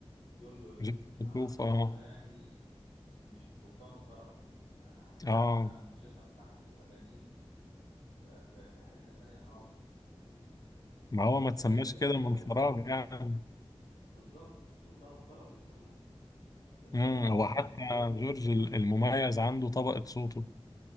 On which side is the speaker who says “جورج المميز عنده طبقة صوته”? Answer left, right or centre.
Left